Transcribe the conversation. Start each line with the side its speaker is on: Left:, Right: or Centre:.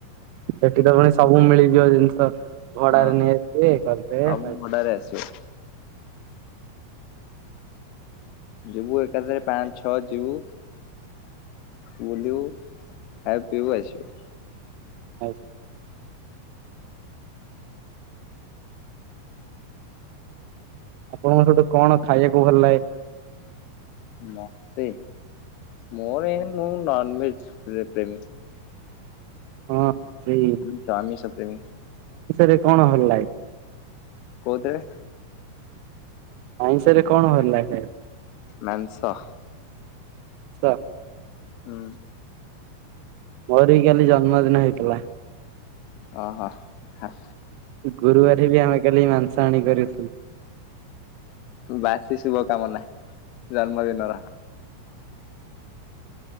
Right: ସେଠି ତ ପୁଣି ସବୁ ମିଳିଯିବ ଜିନିଷ ଭଡାରେ
Left: ହଁ
Right: ନେଇ ଆସିବେ କରିଦେବେ
Left: ସବୁ ଭଡାରେ ଆସିବ। ଯିବୁ ଏକାଥରେ ପାଞ୍ଚ ଛଅ ଯିବୁ ବୁଲିବୁ ଖାଇ ପିଇବୁ ଆସିବୁ।
Right: ଆଉ ଆପଣଙ୍କର ସଠ କଣ ଖାଇବାକୁ ଭଲ ଲାଗେ?
Left: ମତେ ମୋର ମୁଁ ନନଭେଜ ପେ ପ୍ରେମୀ
Right: ହଁ ସେଇ
Left: ଆ ତା ଆମିଷପେମୀ
Right: ରେ କଣ ହେଲାଏ?
Left: କଉଥିରେ?
Right: ଆଇଁଷ ରେ କଣ ଭଲ ଲାଗେ ଖାଇବାକୁ
Left: ମାଂସ।
Right: ସ
Left: ହୁଁ।
Right: ମୋରି କାଲି ଜନ୍ମଦିନ ହେଇଥିଲା।
Left: ଓ ହୋ ହ।
Right: ଗୁରୁବାର ବି ଆମେ କାଲି ମାଂସ ଆଣି କରିଥିଲୁ।
Left: ବାସି ଶୁଭ କାମନା ଜନ୍ମଦିନର।